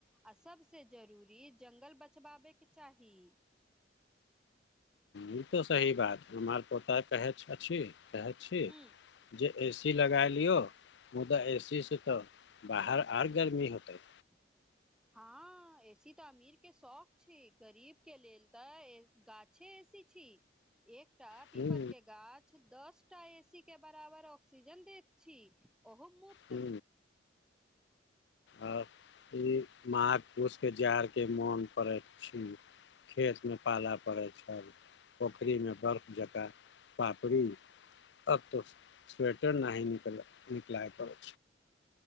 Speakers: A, in the centre; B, on the left.
A: आ सबसे जरूरी जंगल बचवाबेके चाही
B: ई तऽ सही बात हमर पोता कहै कहै छि
A: हूँ
B: जे ए सी लगा लिऔ मुदा ए सी से तऽ बाहर आर गर्मी होते
A: <inaudible> हँ ऐसी तऽ अमीर के शौक छी गरीब के लेल तऽ गाछे एसी छी एकटा पीपल
B: हूँ
A: के गाछ दस टा ए सी के बराबर ऑक्सीजन द छी ओहो मुक्त
B: हू आ ई मह पुरषके जाड़के मोन पड़ैत छि खेतमे पालऽ पड़ै छै पोखरिमे बर्फ जकाँ पापड़ी अब तो स्वेटर न ही निकल निकलाय पर